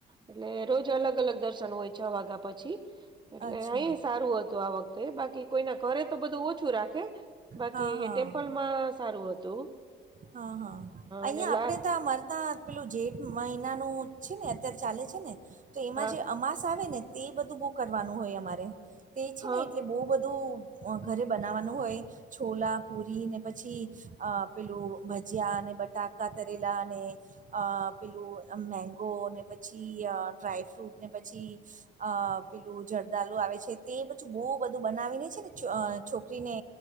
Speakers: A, on the right; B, on the right.
A: એટલે રોજ અલગ અલગ દર્શન હોય છ વાગ્યા પછી એટલે
B: અચ્છા
A: અહીયા સારું હતું આ વખ તે બાકી કોઈના ઘરે તો બધું ઓછું રાખ ખે બાકી
B: હા હા
A: ટેમ્પલમાં સારું હતું
B: હા હા અહિયાં
A: અને લા
B: આપડે તા મર તા પેલું જેઠ મહિનાનું છે ને અત્યારે ચાલે છે ને તો એમાં
A: હા
B: જે અમાસ આવે ને તે બધું બહુ કરવાનું હોય અમારે તે છે
A: હા
B: ને એટલે બહુ બધું ઘરે બ નાવાનું હોય છોલા પુરી ને પછી અ પેલું ભજીયા અને બટાકા તરેલા ને અ પેલું અમ મેંગો ને પછી અ ડ્રાયફ્રુટ ને પછી અ પેલું જરદાલુ આવે છે તે બછું બહુ બધું બનાવીને છે ને છોકરીને